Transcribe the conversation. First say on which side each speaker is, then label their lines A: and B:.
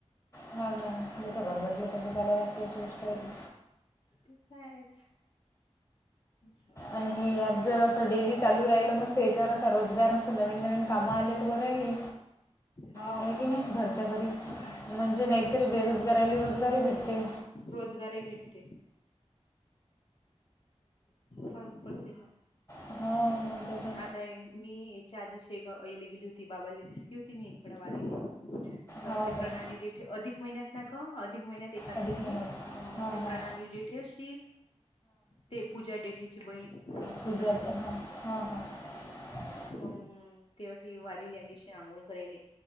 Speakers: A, on the left (about 25°); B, on the left (about 55°).
A: हाव ना. जसं घर भेटलं तसं चाला लागते अशी गोष्ट हाय ती.
B: ते कायच जाऊ दे
A: आणि हे ॲप जर
B: जे
A: असं
B: होत.
A: डेली चालू राहिल मस्त याच्यावर असा रोजगार नसत नवीन नवीन काम आले तर बरं आहे.
B: हो.
A: नाही की नाही घरच्या घरी
B: हं.
A: म्हणजे नाहीतरी बेरोजगाराला रोजगारी भेटते.
B: रोजगार ही भेटते. फरक पडतेना.
A: हो म्हणतो ते
B: आता मी याच्या आधीले गेली होती बाबाला दिसली होती मी इकडे वारीले. तर
A: हो
B: ते
A: काय
B: प्रणाली डेट अधिक महिन्यात ना ग अधिक महिन्यात एकादसले.
A: अधिक महिन्यात
B: मग
A: हां
B: ते
A: हां
B: प्रणाली डेठेशी ते पूजा डेठीेची बहीण. समज
A: पूजारी
B: चुलत
A: हां, हां, हां
B: हम् तेवटी वारी ल्यालीशे आंघोळ करायली.